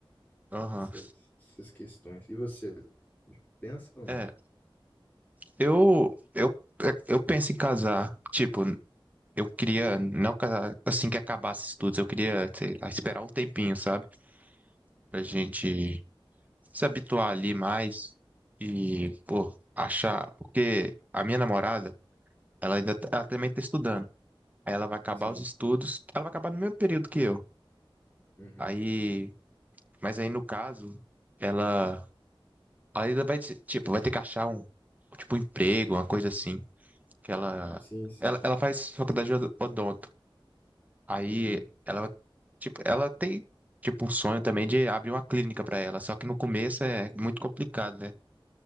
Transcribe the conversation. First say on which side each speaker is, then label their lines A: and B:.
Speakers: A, on the right; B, on the left.
A: Aham.
B: tem essas, essas questões. E você, pensa ou não?
A: É, eu, eu, é, eu penso em casar. Tipo, eu queria não casar assim que acabasse os estudos. Eu queria, sei lá, esperar um tempinho, sabe? Pra
B: Uhum,
A: gente se habituar ali mais e, pô, achar. Porque a minha namorada, ela ainda tá- ela também tá estudando. Aí ela vai acabar
B: sim,
A: os estudos. Ela vai acabar no mesmo período que eu.
B: uhum,
A: Aí, mas aí no caso, ela, ela ainda vai, te- tipo, vai ter que achar um, tipo, um emprego, uma coisa assim. que ela,
B: sim, sim,
A: ela, ela faz faculdade de od- odonto. Aí
B: uhum,
A: ela, tipo, ela tem, tipo, o sonho também de abrir uma clínica para ela, só que no começo é muito complicado, né?